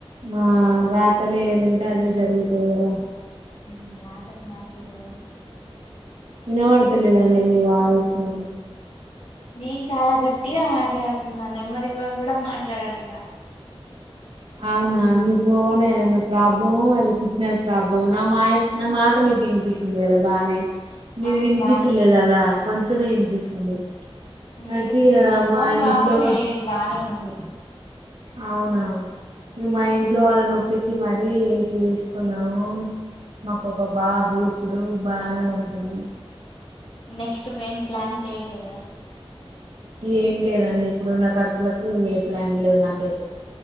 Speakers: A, on the right (about 70°); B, on the left (about 80°).
A: ఆ రాతలు ఎందుంటే అదే జరుగుతంది కదా
B: మ్మ్ రాతని మార్చేది ఎవరు
A: వినబడతలేదండి మీ వాయిసు
B: నేను చాలా గట్టిగా మాట్లాడుతున్నా నెమ్మదిగా కూడా మాట్లాడట్లా
A: అవునా మీ ఫోన్ ఏమన ప్రాబ్లమో అది సిగ్నల్ ప్రాబ్లమో నా మాయ నా మాట మీకు ఇనిపిస్తుంది కదా బానే మీది
B: అవును
A: వినిపించలేదు
B: బానే వినిపిస్తుంది
A: అలా కొంచమే వినిపిస్తుంది
B: లేదు
A: అయితే ఇగ
B: నా ఫోన్
A: మా
B: ప్రాబ్లమే
A: ఇంట్లో
B: లేదు బానే ఉంది
A: అవునవును నువ్ మా ఇంట్లో వాళ్ళ నొప్పిచ్చి మరీ చేసుకున్నాము మాకు ఒక బాబు ఇప్పుడు బానే ఉంటుంది
B: నెక్స్ట్ ఏం ప్లాన్ చేయట్లేదా
A: ఏం లేదండి ఇప్పుడున్న ఖర్చులకు ఏ ప్లాన్ లేవు నాకైతే